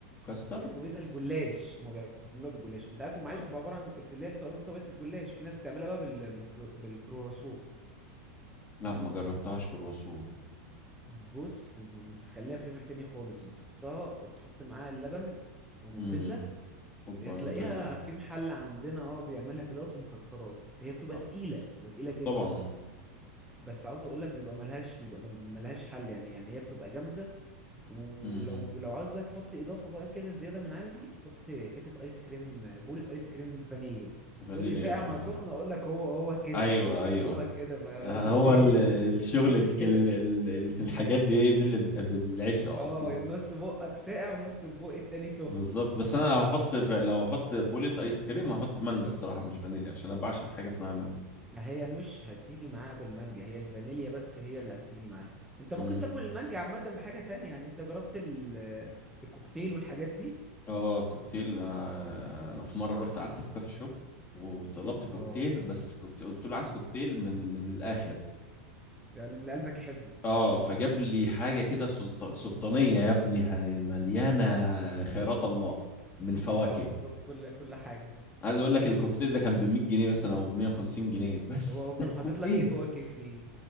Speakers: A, on the left; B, in the centre.
A: كاستر
B: اسمه ايه ده الجلاش هم بيعملوها بالجلاش وانت عارف ام
A: لا
B: علي بتبقى عباره عن اللي هي طبقه الجلاش في ناس بتعملها بقى بال... بالكرو... بالكرواسون
A: لا ما جربتهاش كرواسو
B: بص بتخليها في ليفل تاني خالص وبتحطها وبتحط معاها اللبن ونوتيلا
A: امم اوبا
B: هي تلاقيها
A: النوتيلا
B: في محل عندنا اه بيعملها كده ومكسرات هي بتبقى
A: آه،
B: تقيلة بتبقى تقيلة جدا
A: طبعا
B: بس عاوز اقول لك بيبقى ملهاش بيبقى م- ملهاش حل يعني يعني هي بتبقى جامدة ولو
A: امم
B: لو عاوز بقى تحط اضافة بقى كده زيادة من عندي حط حتة ايس كريم بولة ايس كريم فانيليا
A: فانيليا
B: تقول لي ساقع
A: آه.
B: مع سخنة اقول لك هو هو كده
A: ايوه ايوه
B: هو كده ف-
A: هو
B: هي
A: ال-
B: بت-
A: الشغل
B: بتتاكل
A: الك-
B: كده
A: ال- ال- ال- الحاجات دي هي دي اللي بتحب العيش اصلا
B: اه يا نص بقك ساقع ونص بقى التاني سخن
A: بالظبط بس انا لو هحط لو هحط بولة ايس كريم هحط مانجا الصراحه مش فانيليا عشان انا بعشق حاجه اسمها
B: ما هي مش هتيجي معاها بالمانجا هي الفانيليا بس هي اللي هتيجي معاها انت ممكن
A: مانجا
B: تاكل المانجا عامة بحاجة تانية يعني انت جربت ال- آه، الكوكتيل والحاجات دي
A: اه كوكتيل انا انا في مره رحت قعدت في كافي شوب وطلبت كوكتيل
B: اه
A: بس كوكتيل قلت له عايز كوكتيل من من الاخر
B: يعني من اللي قلبك يحبه
A: اه فجاب لي حاجه كده سلط... سلطانيه يا ابني ه- مليانه خيرات الله من فواكه
B: اه بالظبط كل كل حاجة
A: عايز اقول لك الكوكتيل ده كان ب 100 جنيه مثلا او ب 150 جنيه بس
B: طب هو كان
A: ده
B: حاطط
A: كوكتيل
B: لك ايه فواكه فيه